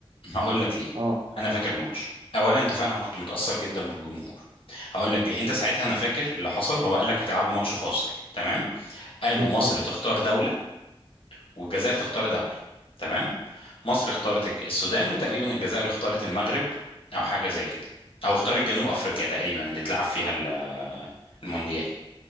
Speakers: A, on the left (about 70°); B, on the right (about 80°).
A: هقول لك ليه
B: اه
A: انا فاكر الماتش اولا انت فعلا كنت متاثر جدا بالجمهور هقول لك ليه انت ساعتها انا فاكر اللي حصل هو قال لك هتلعبوا ماتش فاصل تمام قالوا
B: لا
A: مصر
B: طبعا
A: تختار دوله والجزائر تختار دوله تمام مصر اختارت الج- السودان وتقريبا الجزائر اختارت المغرب او حاجه زي كده او اختارت جنوب افريقيا تقريبا اللي اتلعب فيها ال- المونديال